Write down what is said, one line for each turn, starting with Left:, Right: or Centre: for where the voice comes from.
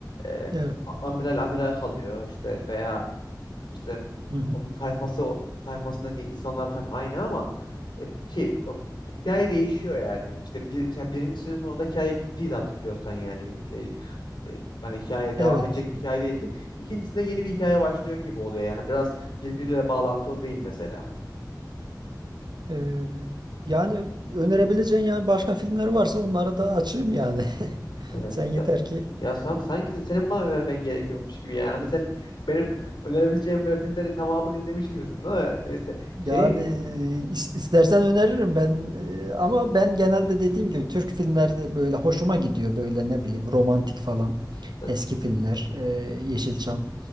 Left: e,
Right: Evet.
Left: a- amiral amiral kalıyor işte veya işte
Right: Hı hı.
Left: onun tayfası tayfasındaki insanlar falan aynı ama e, şey o- hikaye değişiyor yani. İşte bir, mesela birincisinin sonunda hikaye bittiği de hatırlıyorsan yani E, e, hani hikaye devam
Right: Evet.
Left: edecek bir hikaye değildi. İkincisinde yeni bir hikaye başlıyor gibi oluyor. Yani biraz birbiriyle bağlantılı değil mesela.
Right: Ee, yani önerebileceğin yani başka filmler varsa onları da açayım yani. <laughs>
Left: Evet,
Right: Sen yeter
Left: ya,
Right: ki
Left: ya Sam sanki senin bana önermen gerekiyormuş gibi yani. Hani sen benim önerebileceğim böyle filmleri tamamını izlemiş gibisin değil mi? Neyse şey
Right: Yani e, is- istersen öneririm ben e, ama ben genelde dediğim gibi Türk filmleri böyle hoşuma gidiyor böyle ne bileyim romantik falan
Left: sen
Right: eski filmler e, Yeşilçam